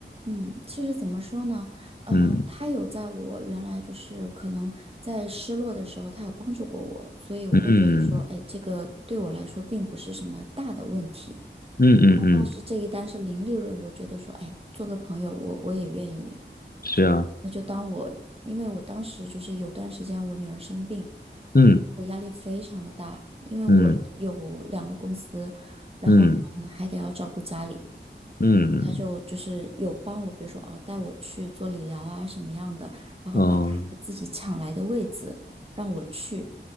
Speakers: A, on the right; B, on the left.
A: 嗯，其实怎么说呢？呃，
B: 嗯
A: 他有在我原来就是可能在失落的时候，他有帮助过我，所以我会觉得说，
B: 嗯
A: 哎，这个对我来说并不是什么大的问题。
B: 嗯嗯嗯，
A: 但是这一单是零利润，我觉得说，哎，做个朋友，我我也愿意。
B: 是啊，
A: 那就当我，因为我当时就是有段时间我女儿生病，
B: 嗯
A: 我压力非常的大，因为我有两个公司，
B: 嗯
A: 然后呢还得要照顾家里，
B: 嗯嗯
A: 然后她就就是有帮我，比如说哦带我去做理疗啊什么样的，然后把他自己抢来的位子让我去，
B: 嗯